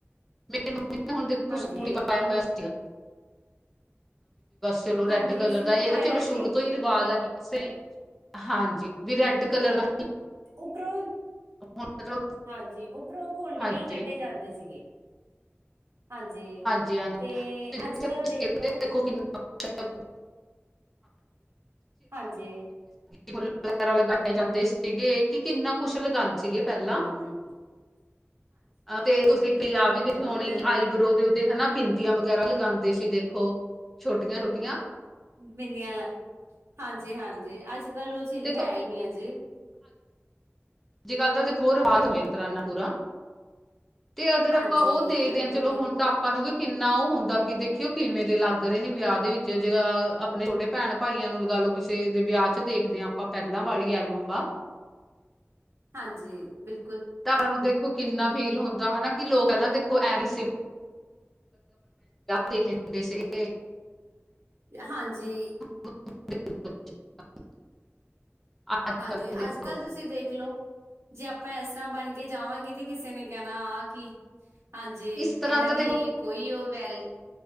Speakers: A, in the centre; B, on the right.
A: ਮੇਰੇ ਮੰਮੀ ਨੇ ਹੁਣ ਦੇਖੋ
B: ਹਾਂਜੀ।
A: ਸੂਟ ਈ ਪਾਇਆ ਹੋਇਆ ਸੀ। ਬਸ ਚਲੋ,
B: ਹਾਂਜੀ,
A: ਰੈਡ ਕਲਰ
B: ਸੂਟ
A: ਦਾ ਇਹ
B: ਪਾਇਆ
A: ਤਾਂ ਚਲੋ
B: ਸੀ
A: ਸ਼ੁਰੂ ਤੋਂ ਹੀ <unintelligible> ਆਵਾਜ਼ ਆਈ ਸਹੀ ਹਾਂਜੀ ਵੀ ਰੈਡ ਕਲਰ ਦਾ
B: ਉਪਰੋਂ
A: ਹੁਣ ਤਾਂ ਚਲੋ-
B: ਹਾਂਜੀ ਉਪਰੋਂ ਘੁੰਡ
A: ਹਾਂਜੀ,
B: ਵੀ ਕੱਢੇ ਜਾਂਦੇ ਸੀਗੇ। ਹਾਂਜੀ
A: ਹਾਂਜੀ-ਹਾਂਜੀ
B: ਤੇ ਅੱਜ ਕੱਲ ਦੇਖ ਲੋ।
A: ਦੇਖੋ <inaudible> <unintelligible>
B: ਹਾਂਜੀ।
A: ਫੁੱਲ ਵਗੈਰਾ ਲਗਾਏ ਜਾਂਦੇ ਸੀਗੇ। ਕਿ ਕਿੰਨਾ ਕੁਸ਼ ਲਗਾਦੇ ਸੀਗੇ ਪਹਿਲਾਂ।
B: ਹੁ
A: ਤੇ ਤੁਸੀਂ ਪੰਜਾਬੀ ਤੇ
B: ਬਿਲਕੁਲ।
A: ਸੋਣੀਈ ਆਈਬਰੋ <unintelligible> ਤੇ ਉਹਦੇ ਹਨਾ ਬਿੰਦੀਆਂ ਵਗੈਰਾ ਲਗਾਂਦੇ ਸੀ ਦੇਖੋ। ਛੋਟੀਆਂ-ਛੋਟੀਆਂ
B: ਬਿੰਨੀਆਂ ਲੈ ਹਾਂਜੀ ਹਾਂਜੀ ਅੱਜ ਕੱਲ੍ਹ ਉਹ ਚੀਜ਼
A: ਦੇਖੋ
B: ਹੈ ਹੀ ਨੀ ਹੈ ਜੀ।
A: ਅੱਜ-ਕੱਲ ਤਾਂ ਦੇਖੋ ਰਵਾਜ਼ ਹੋ ਗਿਆ ਇੱਕ ਤਰ੍ਹਾਂ ਨਾਲ ਪੂਰਾ। ਤੇ ਅਗਰ
B: ਹਾਂਜੀ
A: ਆਪਾਂ ਉਹ ਦੇਖਦੇ
B: ਬਿਲਕੁਲ
A: ਹਾਂ ਚਲੋ
B: ਦੀ
A: ਹੁਣ ਤਾਂ ਆਪਾਂ ਨੂੰ ਵੀ ਕਿੰਨਾ, ਉਹ ਹੁੰਦਾ ਕਿ ਦੇਖਿਓ ਕਿਵੇਂ ਦੇ ਲੱਗ ਰਹੇ ਨੇ ਵਿਆਹ ਦੇ ਵਿੱਚ ਜੇ- ਅਪਣੇ ਛੋਟੇ ਭੈਣ ਭਾਈਆਂ ਨੂੰ ਲਗਾ ਲੋ ਕਿਸੇ ਦੇ ਵਿਆਹ ਚ ਦੇਖਦੇ ਹਾਂ ਆਪਾਂ ਪਹਿਲਾਂ ਵਾਲੀ ਐਲਬਮਾਂ।
B: ਹਾਂਜੀ ਬਿਲ
A: ਤਾਂ ਆਪਾਂ ਨੂੰ ਦੇਖੋ ਕਿੰਨਾ ਫੀਲ ਹੁੰਦਾ ਹਨਾ। ਕਿ ਲੋਕ ਕਹਿਾਂ ਦੇਖੋ ਐਵੇ ਦੇਖ ਲਦੇ ਸੀਗੇ <unintelligible> <unintelligible>
B: ਹਾਂਜੀ।
A: <unintelligible> <unintelligible> ਅੱਜ
B: ਹਾਂਜੀ,
A: ਦੇਖੋ
B: ਅੱਜ-ਕੱਲ੍ਹ ਤੁਸੀਂ ਦੇਖ ਲਓ। ਜੇ ਆਪਾਂ ਇਸ ਤਰ੍ਹਾਂ ਬਣ ਕੇ ਜਾਵਾਂਗੇ ਤੇ, ਕਿਸੇ ਨੇ ਕਹਿਣਾ ਆਹ ਕੀ? ਹਾਂਜੀ।
A: ਇਸ ਤਰ੍ਹਾਂ
B: ਇਹਨਾਂ
A: ਤਾਂ
B: ਦੀ ਕੋਈ ਉਹ ਵੈਲ-